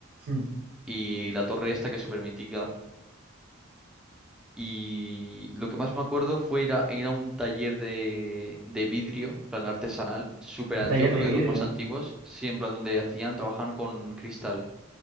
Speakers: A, on the right; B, in the centre.
A: Mm.
B: y la torre esta que es súper mítica. Y lo que más me acuerdo fue ir a, ir a un taller de, de vidrio, en plan artesanal, súper
A: Un
B: antiguo,
A: taller
B: creo
A: de
B: que
A: vidrio.
B: de los más antiguos, sí, en plan donde hacían, trabajaban con cristal,